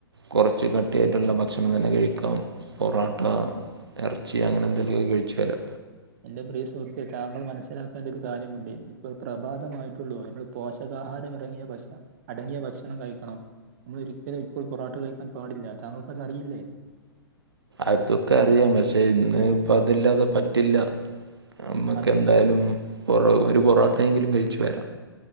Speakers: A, on the right (about 70°); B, on the right (about 40°).
A: കൊറച്ച് കട്ടിയായിട്ടുള്ള ഭക്ഷണം തന്നെ കഴിക്കാം പൊറോട്ട എറച്ചി അങ്ങനെ എന്തെലുമൊക്കെ കഴിച്ചാലോ
B: എന്റെ പ്രിയ സുഹൃത്തെ താങ്കൾ മനസ്സിലാക്കേണ്ട ഒരു കാര്യമുണ്ട് ഇപ്പ പ്രഭാതമായിട്ടുള്ളു നമ്മള് പോഷകാഹാരം ഇറങ്ങിയ ഭക്ഷ അടങ്ങിയ ഭക്ഷണം കഴിക്കണം നമ്മൾളൊരിക്കലും ഇപ്പോൾ പൊറട്ട കഴിക്കാൻ പാടില്ല താങ്കൾക്ക് അത് അറിയില്ലേ
A: അതൊക്കെ അറിയാം പക്ഷെ ഇന്ന് ഇപ്പ അതില്ലാതെ പറ്റില്ല നമ്മക്ക്
B: അത്
A: എന്തായാലും പൊറോ ഒരു പൊറോട്ടയെങ്കിലും കഴിച്ചു വരാം